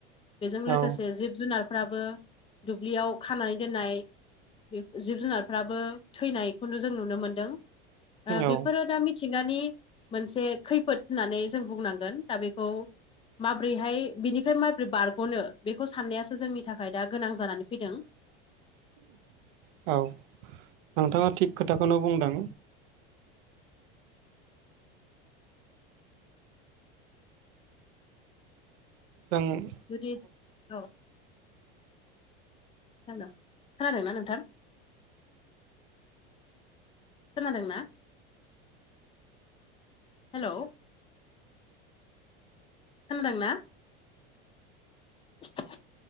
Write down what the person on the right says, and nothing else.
औ
औ
<unintelligible> औ नोंथाङा थिग खोथाखौनो बुंदों। जों